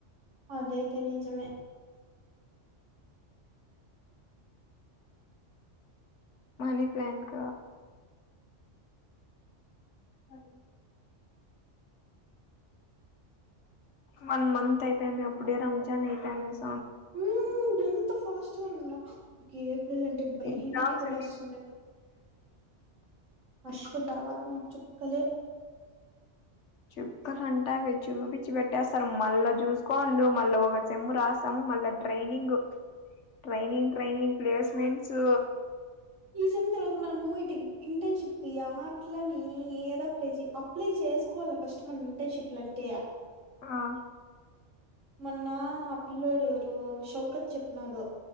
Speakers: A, on the right (about 85°); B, on the left (about 70°).
A: అది ఐతే నిజమే
B: మనీ ప్లాంక అది వన్ మంత్ అయిపోయింది అప్పుడే రంజాన్ అయిపోయిందాస్
A: హ్మ్మ్ ఎంత ఫాస్ట్గా ఉన్నా ఏప్రిల్ అంటే భయం
B: ఎగ్జామ్స్
A: ఎత్తుకొనేస్తుంది ఆశు తర్వాత నాకు చుక్కలే
B: చుక్కలు అంట అవి చూపించి పెట్టేస్తారు మళ్ళా చూసుకోండు మళ్ళా ఒక సెమూ రాస్తాము మళ్ళా ట్రైనింగ్ ట్రైనింగ్ ట్రైనింగ్ ప్లేస్మెంట్స్
A: ఈ సేమ్ తరువ్ మనము ఇటు ఇంటర్న్షిప్ కి ఎట్లనే ఏదో అప్లై అప్లై చేసుకోవాలి ఫస్ట్ మనం ఇంటర్న్షిప్ అంటే
B: ఆ
A: మొన్న ఆ పిల్లోడు ఎవరు శౌకత్ చెప్పినాడు